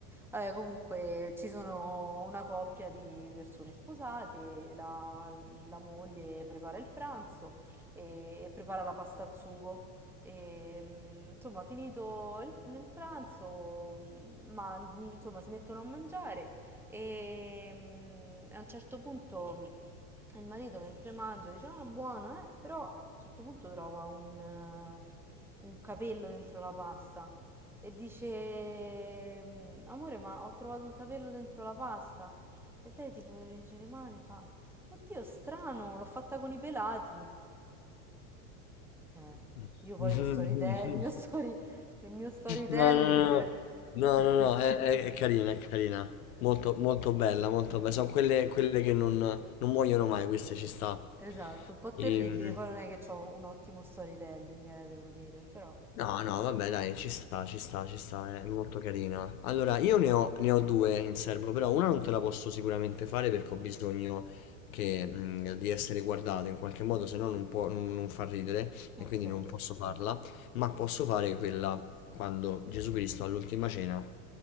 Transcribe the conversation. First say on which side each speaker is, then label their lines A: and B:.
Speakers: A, in the centre; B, on the left (about 85°).
A: Eh, comunque ci sono una coppia di persone sposate, la la moglie prepara il pranzo e, e prepara la pasta al sugo. E, mm, insomma, finito il, il pranzo, mm, ma mm, insomma, si mettono a mangiare e mm, a un certo punto il marito mentre mangia dice, ah, buono, eh? Però a un certo punto trova un, eh, un capello dentro la pasta e dice, "Mm, amore, ma ho trovato un capello dentro la pasta. E lei tipo ci rimane, fa, oddio, strano, l'ho fatta con i pelati. Eh,
B: No,
A: io poi lo storytelling,
B: no,
A: il mio story- il mio storytelling,
B: no, no,
A: <laughs>
B: no, no, no, è, è- è carina, è carina. Molto, molto bella, molto bella. Sono quelle, quelle che non, non muoiono mai, queste ci sta.
A: esatto, un po'
B: Ehm,
A: terribile, poi non è che ho un ottimo storytelling, eh, devo dire, però,
B: No, no, vabbè, dai, ci sta, ci sta, ci sta, è molto carina. Allora, io ne ho, ne ho due in serbo, però una non te la posso sicuramente fare perché ho bisogno che, mh, di essere guardato in qualche modo, se no non può, non, non fa ridere
A: ok,
B: e quindi non posso farla, ma posso fare quella quando Gesù Cristo all'ultima cena